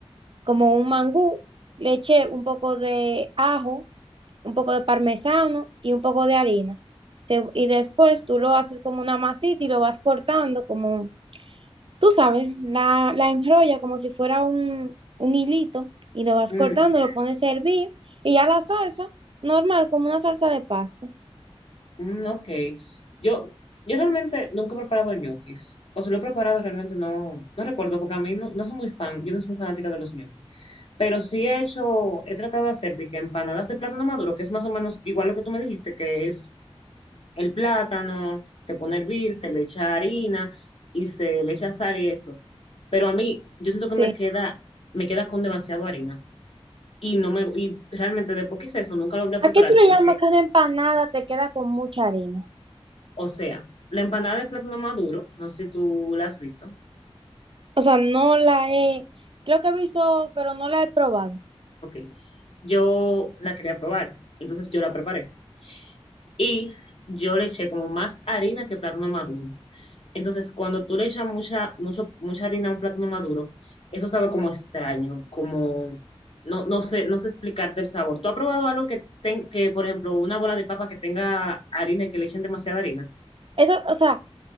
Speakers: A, on the right; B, on the left.
A: como un mangú. Le eché un poco de ajo, un poco de parmesano y un poco de harina. Se- y después tú lo haces como una masita y lo vas cortando como tú sabes, la, la enrolla como si fuera un, un hilito y lo vas
B: Mm,
A: cortando, lo pones a hervir y ya la salsa, normal, como una salsa de pasto.
B: mm, ok. Yo, yo realmente nunca he preparado ñoquis. O si lo he preparado, realmente no, no recuerdo, porque a mí no, no soy muy fan, yo no soy muy fanática de los ñoquis. Pero sí he hecho, he tratado de hacer de que empanadas de plátano maduro, que es más o menos igual lo que tú me dijiste, que es el plátano, se pone a hervir, se le echa harina y se le echa sal y eso. Pero a mí, yo siento
A: Sí.
B: que me queda, me queda con demasiado harina. Y no me, y realmente después que hice eso, nunca lo voy a
A: ¿A
B: preparar
A: qué tú le
B: porque
A: llamas que una empanada te queda con mucha harina?
B: O sea, la empanada de plátano maduro, no sé si tú la has visto.
A: O sea, no la he, creo que he visto, pero no la he probado.
B: Ok. Yo la quería probar, entonces yo la preparé. Y yo le eché como más harina que plátano maduro. Entonces, cuando tú le echas mucha, mucho, mucha harina a un plátano maduro, eso sabe como extraño, como no, no sé, no sé explicarte el sabor. ¿Tú has probado algo que, ten- que, por ejemplo, una bola de papa que tenga harina y que le echen demasiada harina?
A: Eso, o sea,